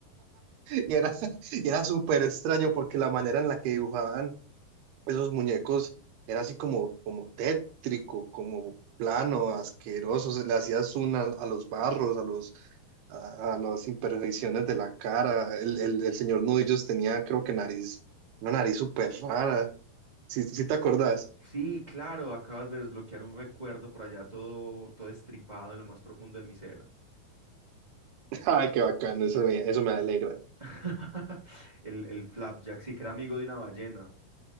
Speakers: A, on the right (about 85°); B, on the right (about 15°).
A: Y era, <laughs> y era súper extraño porque la manera en la que dibujaban esos muñecos era así como, como tétrico, como plano, asqueroso. Se le hacías una a los barros, a los, a, a las imperfecciones de la cara. El, el, el Señor Nudillos tenía, creo que nariz, una nariz súper rara. Si, si te acordás.
B: Sí, claro, acabas de desbloquear un recuerdo por allá todo, todo estripado en lo más profundo de mi ser.
A: <laughs> Ay, qué bacano, eso me, eso me alegra.
B: <laughs> El, el flapjack, sí, que era amigo de una ballena.